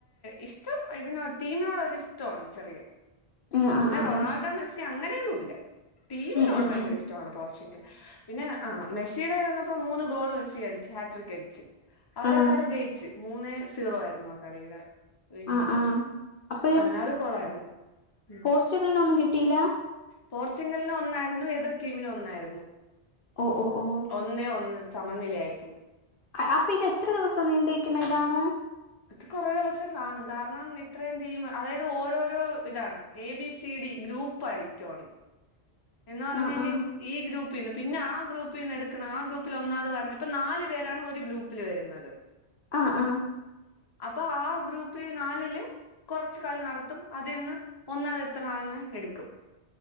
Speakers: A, on the left; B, on the left.
A: ഇഷ്ടം ഇതിനോ ടീമിനോട് ഒരു ഇഷ്ട ഒണ്ട് ചെറിയ
B: ആഹ് ആഹ്
A: പിന്നെ
B: ആഹ്
A: റൊണാൾഡോ
B: ആഹ്
A: മെസ്സി അങ്ങനെ ഒന്നും ഇല്ല ടീമിനോട്
B: ഉം ഉം
A: ഭയങ്കര
B: ഉം
A: ഇഷ്ടോണ് പോർച്ചുഗൽ പിന്നെ ആഹ് മെസ് ചീടെ ഇത് വന്നപ്പം മൂന്ന് ഗോൾ മെസി അടിച്ച് ഹാട്രിക് അടിച്ച് അവര്
B: ആഹ്
A: ആ കളി ജയിച്ച് മൂന്നേ സീറോ ആയിരുന്നു ആ കളീടെ വിന്നിങ്
B: ആഹ്
A: പൊസ്
B: ആഹ് അപ്പൊ
A: ആതത് കോള്ളാരുന്നു ഉം
B: പോർച്ചുഗലിനൊന്നും കിട്ടിയില്ല
A: പോർച്ചുഗൽന് ഒന്നാരുന്നു എതിർ ടീമിനും ഒന്നാരുന്നു
B: ഓ ഓ ഓ
A: ഒന്നേ ഒന്ന് സമനിലേ ആയിപ്പോയി
B: അപ്പ ഇത് എത്ര ദിവസം നീണ്ട് നിക്കണ ഇതാണ്
A: അത് കൊറെ ദിവസം കാണും കാരണം ഇത്രയും ടീം അതായത് ഓരോരോ ഇതാണ് A B C D group ആയിറ്റോണ് എന്ന് പറഞ്ഞേല്
B: ആഹ് ആഹ്
A: ഈ ഗ്രൂപ്പിന്ന് പിന്നെ ആ ഗ്രൂപ്പിന്ന് എട്ക്കണ ആ ഗ്രൂപ്പില് ഒന്നാമത് പറഞ്ഞേ ഇപ്പൊ നാല് പേരാണ് ഒരു ഗ്രൂപ്പിൽ വരുന്നത്
B: ആഹ് ആഹ്
A: അപ്പോ ആ ഗ്രൂപ്പി നാലില് കുറച്ച് കളി നടത്തും അതിൽന്ന് ഒന്നാമത് എത്ത്ണ ആളിനെ എടുക്കും